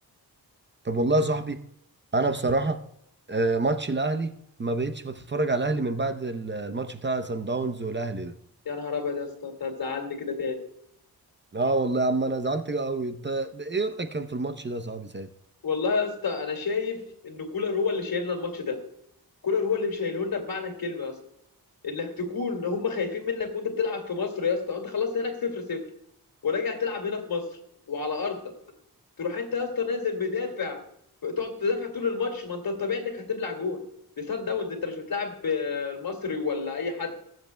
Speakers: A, on the right; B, on the left.
A: طب والله يا صاحبي انا بصراحه آه، ماتش الاهلي ما بقتش بتفرج على الاهلي من بعد ال- الماتش بتاع سان داونز والاهلي ده
B: يا نهار ابيض يا اسطى انت هتزعلني كده تاني
A: اه والله يا عم انا زعلت قوي انت ايه رايك كان في الماتش ده يا صاحبي ساعتها
B: والله يا اسطى انا شايف ان كولر هو اللي شايلنا الماتش ده كولر هو اللي مشايله لنا بمعنى الكلمه يا اسطى انك تكون ان هم خايفين منك وانت بتلعب في مصر يا اسطى وانت خلصت هناك 0 0 وراجع تلعب هنا في مصر وعلى ارضك تروح انت يا اسطى نازل مدافع تقعد تدافع طول الماتش ما انت الطبيعي انك هتبلع جون دي سان داونز انت مش بتلعب آه، المصري ولا اي حد